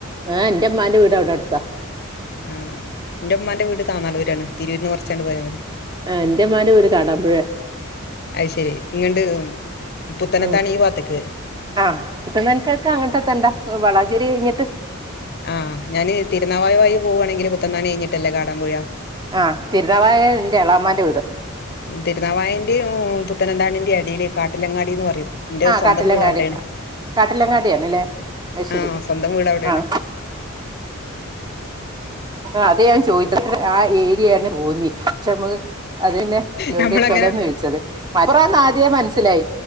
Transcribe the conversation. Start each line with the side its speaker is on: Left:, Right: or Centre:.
Right: ആഹ് എന്റെ ഉമ്മാന്റെ വീടവിടെ അടുത്താ
Left: ആഹ് എൻ്റുമ്മാന്റെ വീട് താന്നാലൂരാണ് തിരൂന്ന് കൊറച്ചങ്ങട് പോയാ മതി
Right: ആഹ് എൻ്റുമ്മാൻ്റെ വീട് കാടാമ്പുഴയ
Left: അയ് ശരി ഇങ്ങണ്ട് പുത്തനത്താണി
Right: ഉം
Left: ഈ ഭാത്തക്ക്
Right: ആഹ് പുത്തനത്താണിക്കൾക്ക് അങ്ങനത്തേക്കെത്തണ്ടാ വളാഞ്ചേരി കയിഞ്ഞിട്ട്
Left: ആഹ് ഞാന് തിരുനാവായ വയി പോകുവാണെങ്കില് പുത്തനത്താണി കഴിഞ്ഞിട്ടല്ലേ കാടാമ്പുഴ
Right: ആഹ് തിരുനാവായയാ എന്റെ എളാമ്മാന്റെ വീട്
Left: തിരുനാവായന്റെയും പുത്തനന്താണിന്റെ എടയിലേ കാട്ടിലങ്ങാടി ന്ന് പറയും ന്റെ
Right: ആ
Left: സ്വന്തം
Right: കാട്ടിലങ്ങാടി
Left: വീട് അവിടെയാണ്
Right: കാട്ടിലങ്ങാടിയാണല്ലേ അത് ശരി
Left: ആഹ് സ്വന്തം വീട് അവിടെയാണ്
Right: ആഹ് ആഹ് അതെ ഞാൻ ചോദിച്ചത് ആ ഏരിയാണ് തോന്നി പക്ഷെ മ്മക്ക് അത് പിന്നെ എവിടെന്നു
Left: നമ്മളങ്ങനെ
Right: സ്ഥലംന്ന് ചോയ്ച്ചത് മലപ്പുറാന്നു ആദ്യേ മനസ്സിലായി